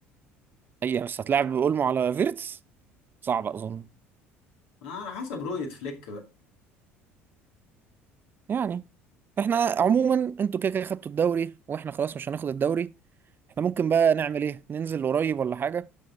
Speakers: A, on the right; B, on the left.
A: اي بس هتلاعب اولمو على فيرتس صعب اظن
B: على حسب رؤية فليك بقى
A: يعني احنا عموما انتوا كده كده خدتوا الدوري واحنا خلاص مش هناخد الدوري احنا ممكن بقى نعمل ايه ننزل قريب ولا حاجه